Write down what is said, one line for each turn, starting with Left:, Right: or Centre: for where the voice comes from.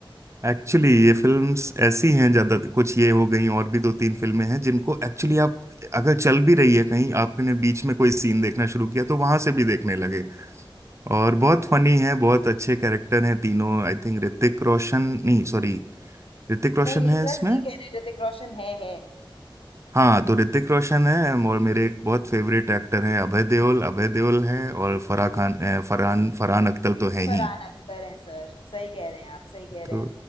Right: एक्चुअली ये फिल्म्स ऐसी हैं ज्यादा कुछ ये हो गई और भी दो तीन फिल्में हैं जिनको एक्चुअली आप अगर चल भी रही है कहीं आपने बीच में कोई सीन देखना शुरू किया तो वहां से भी देखने लगे और बहुत फनी है बहुत अच्छे कैरेक्टर हैं तीनों आई थिंक ऋतिक रोशन नहीं सॉरी ऋतिक रोशन
Left: नहीं नहीं
Right: है
Left: सर
Right: इसमें
Left: सही कह रहे हैं, ऋतिक रोशन है है
Right: हाँ तो ऋतिक रोशन है और मेरे एक बहुत फेवरेट एक्टर हैं अभय देओल अभय देओल हैं और फराह खान अ, फरहान फरहान अख्तर तो है
Left: फरहान
Right: ही
Left: अख्तर हैं सर सही कह रहे हैं आप सही कह रहे
Right: तो
Left: हैं